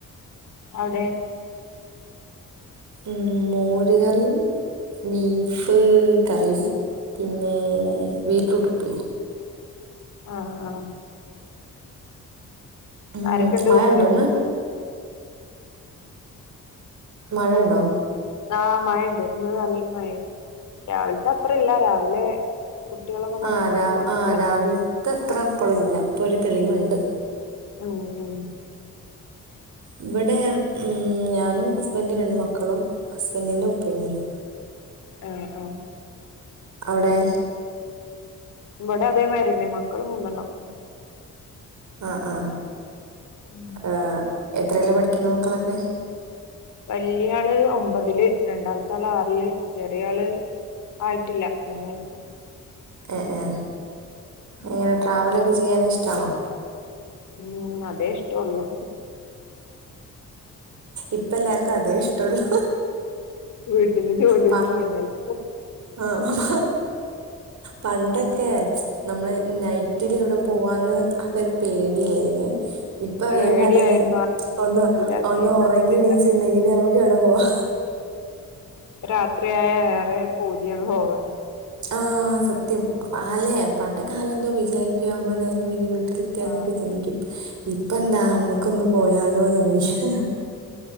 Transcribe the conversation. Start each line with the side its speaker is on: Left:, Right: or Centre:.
Left: അവിടെ
Right: ഉ മോരുകറിയും ബീഫ് കറിയും പിന്നെ ബീറ്ററൂട്ട് ഉപ്പേരി
Left: ആഹ ആഹ
Right: ഉം
Left: ആരൊക്കെണ്ട്
Right: മഴ
Left: വീട്ടില്
Right: ഉണ്ടോ ഇന്ന് മഴ ഉണ്ടോ
Left: ആമഴ ഉണ്ട് ഇന്ന് നല്ലമഴ രാവിലത്തെ അത്ര ഇല്ല രാവിലെ കുട്ടികളൊക്കെ
Right: ആ
Left: മദ്റസ
Right: രാ
Left: വിട്ടു വരുമ്പോ
Right: ആ
Left: നല്ല
Right: രാവിലത്തെ അത്ര ഇപ്പളില്ല ഇപ്പൊ ഒരു തെളിവുണ്ട്
Left: മഴയാ ഓ ഓ
Right: ഇവിടെ ഉ ഞാനും ഹസ്ബന്റുരണ്ട് മക്കളും ഹസ്ബന്റിന്റെ ഉപ്പ ഉമ്മയും
Left: ആഹ ആഹ
Right: അവിടെ
Left: ഇവടെ അതേമാതിരിന്നെ മക്കളും മൂന്ന് എണ്ണം
Right: ആഹ
Left: ഉം
Right: ആ എത്രയല്ല പഠിക്കുന്ന മക്കളൊക്കെ
Left: വല്യയ ആള് ഒമ്പതില് രണ്ടാമത്തെ ആള് ആറില് ചെറിയ ആള് ആയിട്ടില്ല മൂന്ന് വയസ്സ്
Right: ഏ ഏ എങ്ങനെ
Left: ഉം
Right: ട്രാവലൊക്കെ ചെയ്യാൻഇഷ്ടാണോ
Left: ഉം അതെ ഇഷ്ട ഉള്ളൂ
Right: ഇപ്പ എല്ലാർക്കും അതേ ഇഷ്ട ഒള്ളു
Left: വീട്ടില് ജോലിയും
Right: പ
Left: ചെയ്യണ്ടല്ലോ
Right: ആഹ പണ്ടൊക്കെ നമ്മള് നൈറ്റിൽ
Left: ഉം.
Right: എവിടെ പോവാന്ന്. അതൊക ഒരു പേടിയല്ലേ ഇന്. ഇപ്പ
Left: പേടിയായിരുന്നു
Right: വേൻ പറയല് ഒന്ന്
Left: ല്ല
Right: ഒന്ന്
Left: ചെയ്ത
Right: ഉറങ്ങിണീച്ചുണ്ടെങ്കിൽ
Left: എന്താ
Right: നമക്ക്. കേട പോവാ
Left: രാത്രിയായ ഏറെ പൂത്യാണ് പോവാൻ
Right: ആഹ സത്യം ആലേ പണ്ട കാലം എന്തോ വിചാരിക്കൃ നമ്മള് നേരെം വൈകി വീട്ടിലെത്തിയാൽന്നൊക്കെ
Left: ആഹ്
Right: ചിന്തിക്കും ഇപ്പ എന്താ അമ്മക്കൊന്ന് പോയാലോ ന് വിചാരം.
Left: ഉ